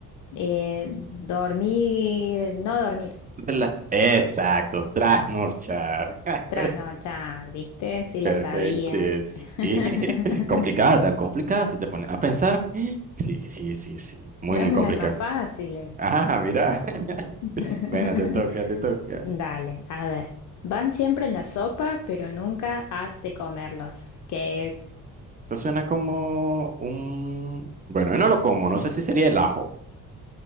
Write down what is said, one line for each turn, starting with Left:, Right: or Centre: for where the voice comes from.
Left: eh, dormir, no dormir,
Right: Rela- Exacto, trasnorchar. <laughs>
Left: trasnochar, ¿viste? Sí
Right: Perfecto,
Left: la sabía.
Right: sí.
Left: <laughs>
Right: <laughs> Complicada, tan complicada, si te pones a pensar. Sí, sí, sí, sí. Muy,
Left: Dame
Right: muy complicada.
Left: unas más fáciles.
Right: Ah, mira. <laughs>
Left: <laughs>
Right: Bueno, te toca, te toca.
Left: Dale, a ver. Van siempre en la sopa, pero nunca has de comerlos. ¿Qué es? <laughs>
Right: Esto suena como un... Bueno, yo no lo como, no sé si sería el ajo.